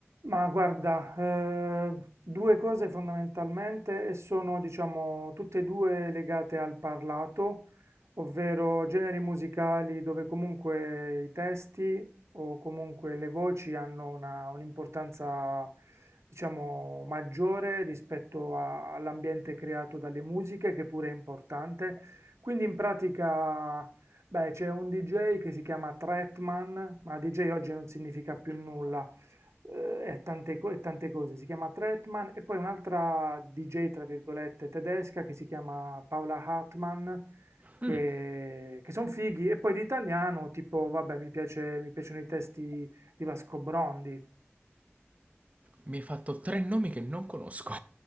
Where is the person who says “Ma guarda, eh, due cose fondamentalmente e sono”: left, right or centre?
Right